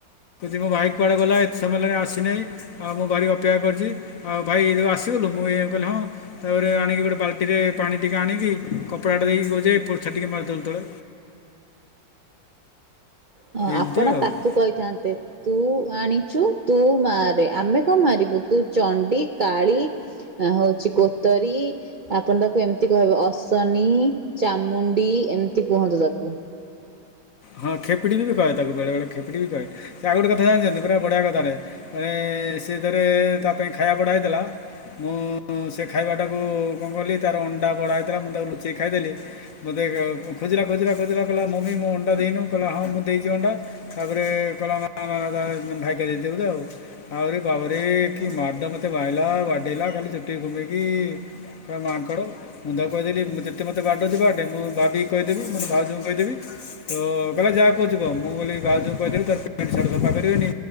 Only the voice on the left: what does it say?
ମୋ ଭାଇ କୁଆଡେ ଗଲା, ଏତେ ସମୟ ହେଲା ଆସିନାହିଁ। ଆଉ ମୁଁ ଭାରି ଅପେକ୍ଷା କରିଛି, ଆଉ ଭାଇ ତୁ ଆସିଗଲୁ ମୁଁ କହିଲି ହଁ। ତାପରେ ଆଣିକି ଗୋଟେ ବାଲ୍ଟିରେ ପାଣି ଟିକେ ଆଣିକି, କପଡ଼ାଟା ଦେଇକି କହୁଛି, ପୋର୍ଛା ଟିକେ ମାରିଦେଲୁ ତଳେ।
ଏମିତି ଆଉ
ହଁ ଖେପିଡି ବି କହେ, ତାକୁ ବେଳେ ବଳେ ଖେପିଡ଼ି ବି କହେ, ସେ ଆଉ ଗୋଟେ କଥା ଜାଣିଛନ୍ତି ପୁରାବଢ଼ିଆ କଥା ଟେ, ମାନେ ସେ ଥରେ ତା ପାଇଁ ଖାଇବା ବଡା ହେଇଥିଲା ମୁଁ ସେ ଖାଇବାଟାକୁ କଣ କଲି ତାର ଅଣ୍ଡା ବଢା ହୋଇଥିଲା, ମୁଁ ତାକୁ ଲୁଚେଇ ଖାଇଦେଲି ମୋତେ ଖୋଜିଲା ଖୋଜିଲା ଖୋଜିଲା କହିଲା, ମମି ମୋ ଅଣ୍ଡା ଦେଇନୁ କହିଲା ହଁ ମୁଁ ଦେଇଛି ଅଣ୍ଡା ତାପରେ କହିଲା, ନା ଭାଇ କି ଦେଇଥିବ ବୋଧେ ଆଉ। ଆଉରି ବାବରେ କି ମାଡ ମୋତେ ମାଇଲା, ବାଡେଇଲା, ଖାଲି ଚୁଟି ଘୁମେଇକି। ପୁରା ମାଙ୍କଡ ମୁଁ ତାକୁ କହିଦେଲି ତୁ ଯେତେ ମୋତେ ବାଡଉଛୁ ବା ଡେ ମୁଁ ଭାବିକି କହି ଦେବି ମୋ ଭାଉଜୀଙ୍କୁ କହିଦେବି। ତ କହିଲା ଯାହା କହୁଛି କହ ତ ମୁଁ କହିଲି ଭାଉଜଙ୍କୁ କହିଦେବି ତାର ପେଣ୍ଟ ସାଟ୍ ସଫା କରିବେନି।